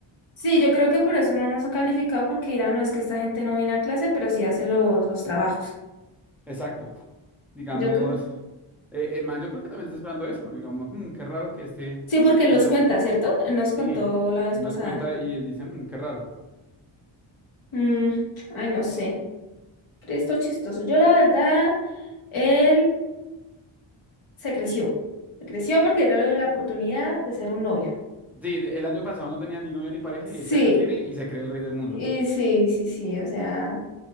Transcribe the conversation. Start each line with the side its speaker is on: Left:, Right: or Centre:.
Left: Sí, yo creo que por eso no nos ha calificado, porque dirán, no, es que esta gente no viene a clase, pero sí hace los, los trabajos.
Centre: Exacto. Digamos,
Left: Yo, cre-
Centre: eh, el man, yo creo que también está esperando eso. Digamos, "Mm, qué raro que este
Left: Sí, porque él
Centre: haya
Left: los
Centre: venido.
Left: cuenta, ¿cierto? Él nos contó
Centre: Sí,
Left: la vez
Centre: él
Left: pasada.
Centre: nos cuenta y él dice, "Mm, qué raro.
Left: Mm, ay, no sé. Esto chistoso. Yo, la verdad, él se creció. Se creció porque no le dio la oportunidad de ser un novio.
Centre: Sí, de- el año pasado no tenía ni novia ni pareja
Left: Sí,
Centre: y este año tiene y se cree el rey del mundo.
Left: y sí, sí, sí. O sea,